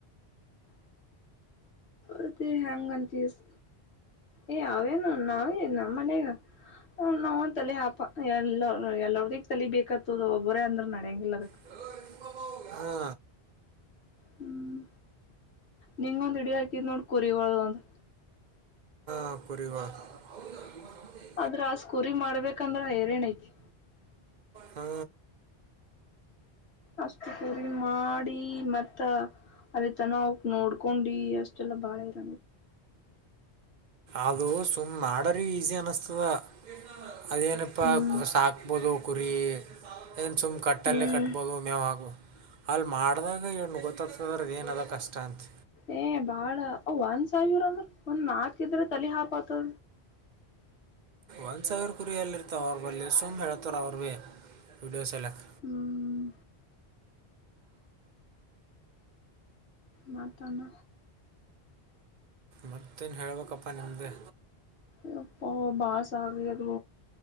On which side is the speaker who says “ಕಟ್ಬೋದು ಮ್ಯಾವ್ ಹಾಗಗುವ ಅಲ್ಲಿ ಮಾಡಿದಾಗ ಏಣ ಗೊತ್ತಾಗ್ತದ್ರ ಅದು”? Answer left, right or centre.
Right